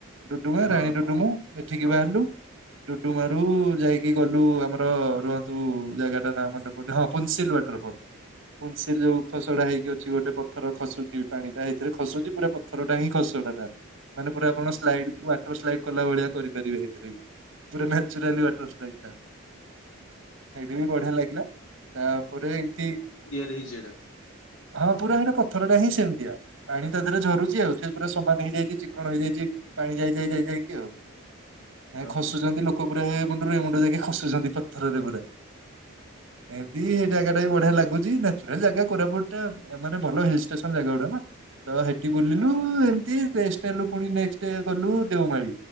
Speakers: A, on the right (about 60°); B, on the left (about 70°).
A: ଡୁଡୁମା
B: ହଁ
A: ରାଣୀ ଡୁଡୁମା। ଏଠିକି
B: ହଁ
A: ବାହାରିଲୁ। ଡୁଡୁମାରୁ ଯାଇକି ଗଲୁ ଆମର ରୁହନ୍ତୁ ଜାଗାଟା ନା ମନେ ପଡୁ ହଁ ପୁନ୍ସିଲ ୱାଟରଫଲ ପୁନ୍ସିଲ ଯୋଉ। ଖସଡା ହେଇକି ଅଛି ଗୋଟେ ପଥର ଖସୁଚି ପାଣିଟା ହେଇଥିରେ ଖସୁଚି ପୁରା ପଥରଟା ହିଁ ଖସଡାଟା। ମାନେ ପୁରା ଆପଣ ସ୍ଲାଇଡ୍ ୱାଟର ସ୍ଲାଇଡ କଲା ଭଳିଆ କରିପାରିବେ ହେଥିରେ ବି ପୁରା ନା ଚୁରାଲି ୱାଟର ସ୍ଲାଇଡ଼ ଟା। ହେଇଠେ ବି ବଢିଆ ଲାଗିଲା ତା ପରେ ଏମତି।
B: ତିଆରି ହେଇଚି ହେଟା।
A: ହଁ ପୁରା ହେଟା ପଥରଟା ହିଁ ସେମତିଆ ପାଣି ତା ଦେହରେ ଝରୁଛି ଆଉ ସେ ପୁରା ସମାନ ହେଇଯାଇଛି ଚିକଣ ହେଇଯାଇଛି। ପାଣି ଯାଇ ଯାଇ ଯାଇ ଯାଇକି ଆଉ ଏଁ
B: ଓହୋ
A: ଖସୁଚନ୍ତି ଲୋ କୋ ପୁରା ଏ ମୁଣ୍ଡରୁ ଏମୁଣ୍ଡ ଯାଇକି ଖସୁଛନ୍ତି ପଥରରେ ପୁରା। ଏମବି ହେ ଜାଗାଟା ବି ବଢିଆ ଲାଗୁଚି ନାଚୁରାଲ ଜାଗା। କୋରାପୁଟଟା ମାନେ ଭଲ ହିଲଷ୍ଟେସନ ଜାଗାଗୁଡା ନା। ତ ହେଠି ବୁଲିଲୁ ଏମତି ରେଷ୍ଟ ନେଲୁ ପୁଣି ନେଷ୍ଟେ ଗଲୁ ଦେଓମାଳି।